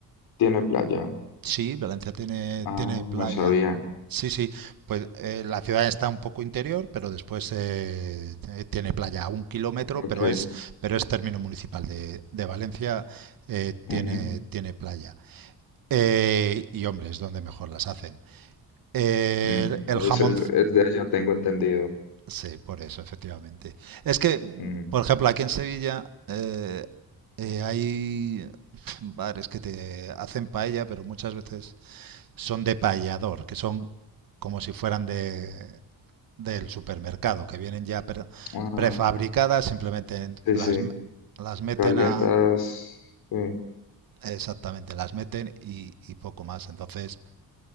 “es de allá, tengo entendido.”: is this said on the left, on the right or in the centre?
Left